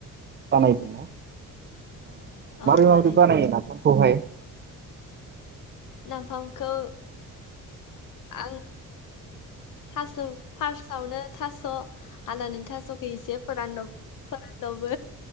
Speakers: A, on the right; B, on the left.
A: बानायदोंना माबोरै
B: औ
A: माबोरै
B: बानायदोंमोन
A: बानायो नाफामखौहाय।
B: नाफामखौ आं थास' फार्सआवनो थास' हानानैनि थास'खौ इसे फोरानदब। फोरानदबो